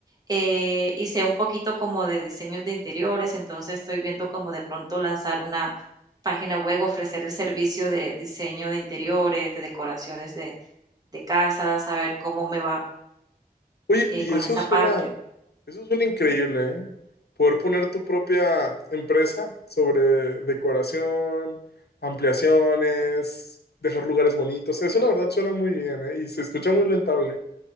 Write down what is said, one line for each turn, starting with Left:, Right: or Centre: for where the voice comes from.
Right: eh, y sé un poquito como de diseños de interiores, entonces estoy viendo como de pronto lanzar una página web, ofrecer el servicio de diseño de interiores, de decoraciones de, de casas a ver cómo me va.
Left: Oye,
Right: Eh,
Left: y
Right: con
Left: eso
Right: esa
Left: suena,
Right: parte.
Left: Eso es un increíble, ¿eh? Poder poner tu propia empresa sobre decoración, ampliaciones, dejar lugares bonitos. Eso la verdad suena muy bien, ¿eh? Y se escucha muy rentable,